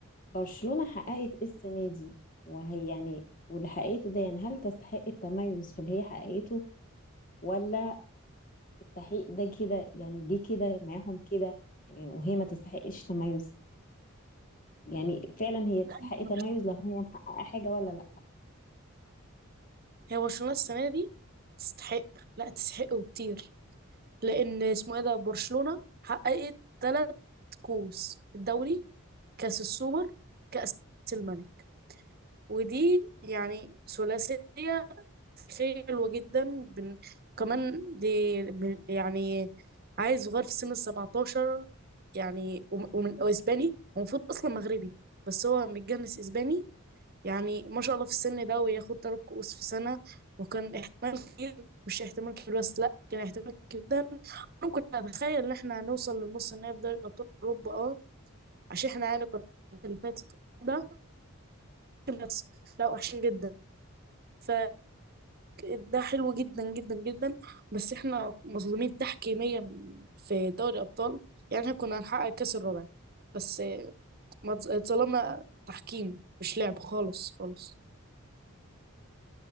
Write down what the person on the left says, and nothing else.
برشلونة حققت ايه السنة دي وهي يعني واللي حققته ده يعني هل تستحق التميز في اللي هي حققته ولا التحقيق ده كده يعني جه كده معاهم كده يعني وهي ما تستحقش تميز يعني فعلا هي تستحق
تميز لو هي محققة حاجة ولا لا